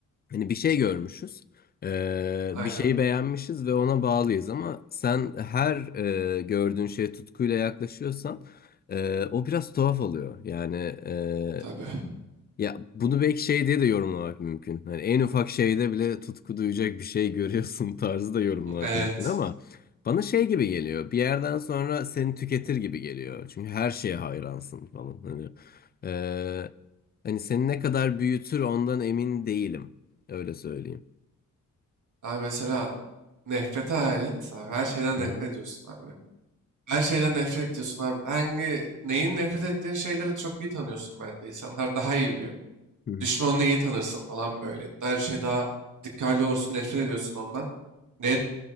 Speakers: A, on the left (about 30°); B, on the right (about 60°).
A: hani bir şey görmüşüz. E,
B: Aynen.
A: bir şeyi beğenmişiz ve ona bağlıyız ama sen her e, gördüğün şeye tutkuyla yaklaşıyorsan e, o biraz tuhaf oluyor. Yani e,
B: Tabii. <laughs>
A: ya bunu belki şey diye de yorumlamak mümkün. Hani en ufak şeyde bile tutku duyacak bir şey görüyorsun <laughs> tarzı da yorumlamak
B: Evet.
A: mümkün ama bana şey gibi geliyor. Bir yerden sonra seni tüketir gibi geliyor. Çünkü her şeye hayransın falan. Hani eee, hani seni ne kadar büyütür ondan emin değilim. Öyle söyleyeyim.
B: Abi mesela nefrete alet. Abi her şeyden
A: Hı
B: nefret
A: hı.
B: ediyorsun abi. Her şeyden nefret ediyorsun abi. Hangi, neyin nefret ettiğin şeyleri çok iyi tanıyorsun bence. İnsanlar <laughs> daha iyi biliyor.
A: Hı
B: Düşmanını iyi tanırsın falan böyle. Her şey daha dikkatli olursun, nefret ediyorsun ondan. Neye